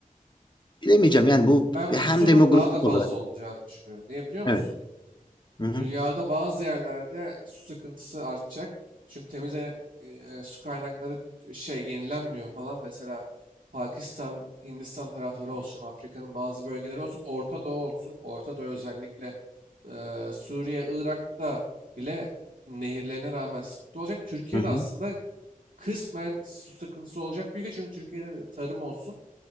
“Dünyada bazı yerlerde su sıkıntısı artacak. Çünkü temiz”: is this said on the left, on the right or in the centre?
Right